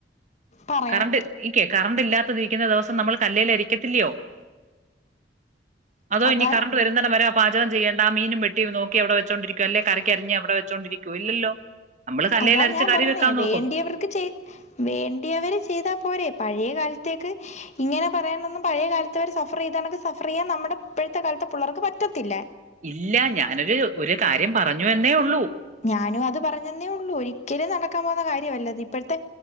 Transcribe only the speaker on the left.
പറയാം
അതാ
അതാ ഞാൻ
പറഞ്ഞേ
വേണ്ടിയവർക്ക് ചെയ് വേണ്ടിയവര് ചെയ്താ പോരെ പഴയ കാല ത്തേക്ക് ഇങ്ങനെ പറയാനൊന്നും പഴയ കാലത്ത് അവർ സഫർ ചെയ്താണക്ക് സഫർ ചെയ്യാൻ നമ്മുടെ ഇപ്പഴത്ത കാലത്തെ പിള്ളേർക്ക് പറ്റത്തില്ല
ഞാനും അത് പറഞ്ഞന്നേ ഉള്ളൂ ഒരിക്കലും നടക്കാൻ പോകുന്ന കാര്യല്ലത് ഇപ്പഴത്തെ